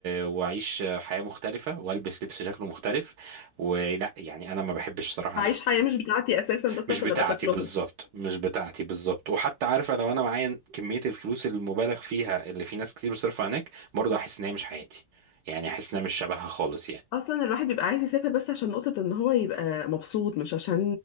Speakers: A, on the right; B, on the left.
A: واعيش حياه مختلفه والبس لبس شكله مختلف ولا يعني انا ما بحبش صراحه
B: عايش
A: هناك
B: حياه مش بتاعتي اساسا بس
A: مش
B: عشان
A: بتاعتي
B: ابقى شكلهم
A: بالظبط مش بتاعتي بالظبط وحتى عارفه لو انا معايا كميه الفلوس المبالغ فيها اللي في ناس كتير بتصرفها هناك برضه احس ان هي مش حياتي يعني احس انها مش شبهها خالص يعني
B: اصلا الواحد بيبقى عايز يسافر بس عشان نقطة ان هو يبقى مبسوط مش عشان